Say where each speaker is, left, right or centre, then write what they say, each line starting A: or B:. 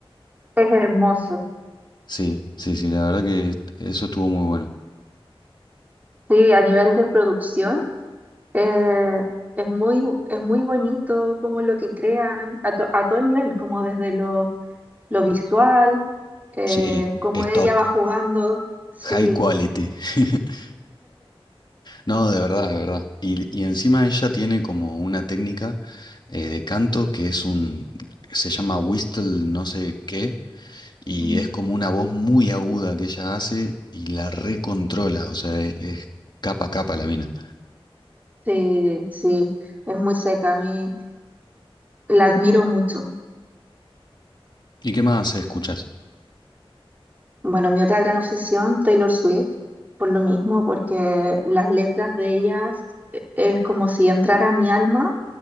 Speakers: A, on the right; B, on the left.
A: Es hermoso.
B: Sí, sí, sí, la verdad que est- eso estuvo muy bueno.
A: Sí, a nivel de producción, eh, es muy, es muy bonito como lo que crean a, to- a todo nivel, como desde lo lo visual, eh,
B: Sí,
A: como
B: stop,
A: ella va jugando, sí,
B: high quality. <laughs> No, de verdad, de verdad. Y, y encima ella tiene como una técnica eh, de canto que es un, se llama whistle no sé qué, y
A: Mm.
B: es como una voz muy aguda que ella hace y la recontrola, o sea, e- es, capa a capa la mina.
A: sí, sí, es muy seca, a mí la admiro mucho.
B: ¿Y qué más escuchas?
A: Bueno, mi otra gran obsesión, Taylor Swift, por lo mismo, porque las letras de ellas eh, es como si entrara a mi alma